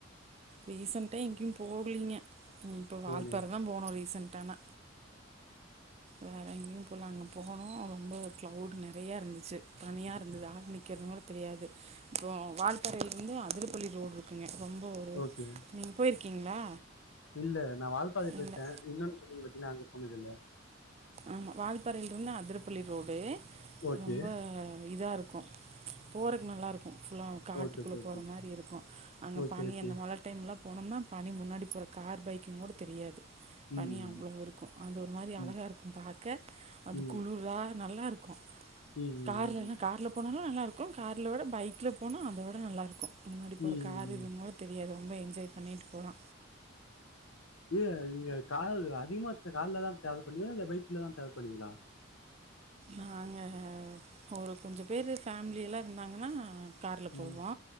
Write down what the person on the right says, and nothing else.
ரீசன்ட்டா எங்கயு போகலீங்க இப்போ வால்ப்பாற
தா போனோ ரீசன்டானா வேற எங்கேயு போல அங்க போனோ ரொம்போ க்ளௌடு நறையா இருந்துச்சு ச்சு பனியா இருந்துது ஆரு நிக்குறதுங்கூட தெரியாது அப்றோ வால்பாறயிலிந்து திருப்பள்ளி ரோடு இருக்குங்க ரொம்போ ஒரு
நீங்கள் போயிருக்கீங்களா
இல்லை
ஆமா வால்பாறையிலிருந்து அதிரப்பள்ளி ரோடு
ரொம்ப இதா இருக்கோ போறக்கு நல்லாருக் கோ ஃபுல்லா காட்டுக்குள்ள
போற மாரி இருக்கோ அங்க
பனி
அந்த மழ டைம்லா போனோம்னா பனி முன்னாடி போற கார் பைக்குங்கூட தெரியாது பனி
அவ்வளோவு இருக்கோ அது ஒரு மாரி அழகா
இருக்கு பார்க்க அது
குளுரா நல்லா இருக்கோ
கார்லலா கார்ல போனாலோ நல்லா இருக்கோ கார்ல விட பைக்ல போனா அத வுட நல்லாருக்கோ முன்னாடி
போற கார் இருக்கோம்போ தெரியாது ரொம்போ என்ஜாய் பண்ணீட்டு போலா
நாங்கள் ஒரு கொஞ்சோ பேரு ஃபேமிலி எல்லா இருந்தாங்கன்னா கார்ல போவோ